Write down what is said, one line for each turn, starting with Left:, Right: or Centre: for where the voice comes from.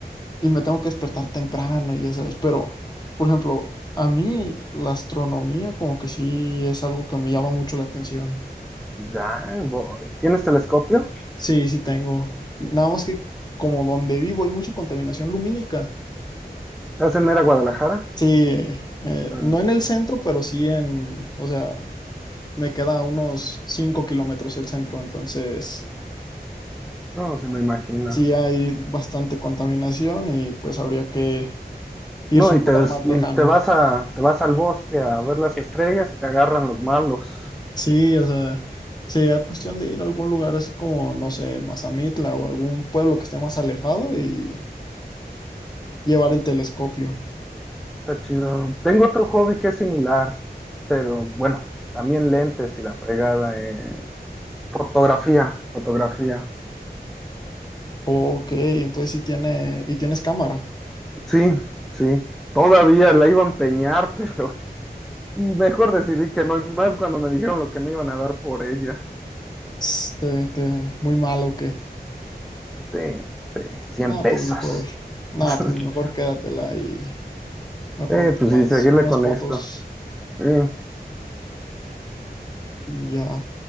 Left: y me tengo que despertar temprano y ya sabes, pero, por ejemplo, a mí la astronomía como que sí es algo que me llama mucho la atención.
Centre: Ya, voy. ¿Tienes telescopio?
Left: Sí, sí tengo. Nada más que como donde vivo hay mucha contaminación lumínica.
Centre: ¿Estás en Mera Guadalajara?
Left: Sí, eh, eh,
Centre: Ah,
Left: no en el centro, pero sí en, o sea, me queda a unos 5 kilómetros el centro, entonces
Centre: no, sí me imagino.
Left: sí hay bastante contaminación y pues habría que irse
Centre: No,
Left: a
Centre: y
Left: un
Centre: te,
Left: lugar más lejano.
Centre: te vas a, te vas al bosque a ver las estrellas y te agarran los malos.
Left: Sí, o sea, sería cuestión de ir a algún lugar así como, no sé, Mazamitla o algún pueblo que esté más alejado y llevar el telescopio.
Centre: Está chido. Tengo otro hobby que es similar, pero bueno, también lentes y la fregada. eh, Fotografía, fotografía.
Left: Ok, entonces sí tiene, y tienes cámara.
Centre: Sí, sí. Todavía la iba a empeñar, pero <laughs> mejor decidí que no, y más cuando me dijeron lo que me iban a dar por ella.
Left: Este, te- muy malo, ok.
Centre: Sí, sí, 100
Left: No,
Centre: pesos.
Left: pues mejor. No,
Centre: <laughs>
Left: pues mejor quédatela y mejor
Centre: Eh,
Left: tomas
Centre: pues sí, seguirle
Left: unas
Centre: con
Left: fotos
Centre: esto. Eh,
Left: y ya.